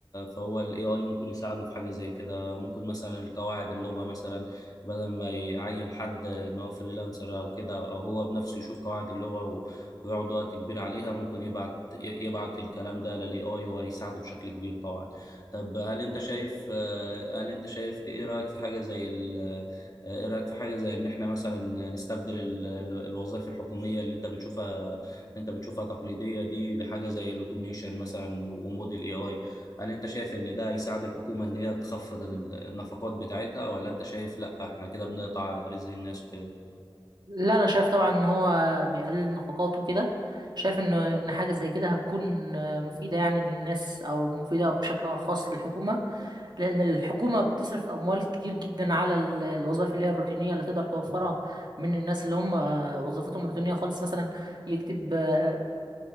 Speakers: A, on the left; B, on the right.
A: فهو ال AI ممكن يساعده في حاجة زي كده ممكن مثلا القواعد اللغة مثلا بدل ما يعين حد إن هو فريلانسر أو كده أو هو بنفسه يشوف قواعد اللغة ويقعد وقت كبير عليها ممكن يبعت يبعت الكلام ده للاي اي وهيساعده بشكل كبير طبعا طب هل انت شايف آه، هل انت شايف ايه رايك في حاجه زي ال- آه، ايه رايك في حاجه زي ان احنا مثلا نستبدل ال- ال- الوظائف الحكوميه اللي انت بتشوفها اللي انت بتشوفها تقليديه دي بحاجه زي الاوتوميشن مثلا وموديل اي اي هل انت شايف ان ده هيساعد الحكومه ان هي تخفض ال- النفقات بتاعتها ولا انت شايف لا احنا كده بنقطع رزق الناس وكده
B: لا انا شايف طبعا ان هو بيقلل نفقاته كده شايف ان ان حاجه زي كده هتكون آه، مفيده يعني للناس او مفيده بشكل خاص للحكومه لان الحكومه بتصرف اموال كتير جدا على ال- الوظائف اللي هي الروتينيه اللي تقدر توفرها من الناس اللي هم آه، وظيفتهم روتينيه خالص مثلا يكتب آه،